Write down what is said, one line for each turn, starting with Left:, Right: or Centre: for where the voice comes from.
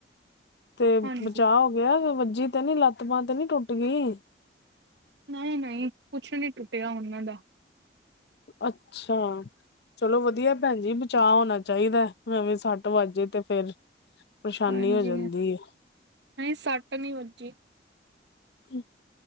Left: ਤੇ ਬਚਾ
Right: ਹਾਂਜੀ
Left: ਹੋ ਵੇ ਵੱਜੀ ਤੇ ਨੀ ਲੱਤ ਬਾਂਹ ਤੇ ਨੀ ਟੁੱਟ ਗਈ।
Right: ਨਹੀਂ -ਨਹੀਂ ਕੁਛ ਨੀ ਟੁੱਟਿਆ ਉਹਨਾਂ ਦਾ
Left: ਅੱਛਾ ਚਲੋ ਵਧੀਆ ਭੈਣ ਜੀ ਬਚਾਅ ਹੋਣਾ ਚਾਹੀਦਾ ਐਵੇਂ ਸੱਟ ਵੱਜ ਜਾਏ ਤੇ ਫੇਰ ਪਰੇਸ਼ਾਨੀ
Right: ਹਾਂਜੀ
Left: ਹੋ ਜਾਂਦੀ
Right: ਨਹੀਂ ਸੱਟ ਨੀ ਵੱਜੀ।
Left: ਹੁੰ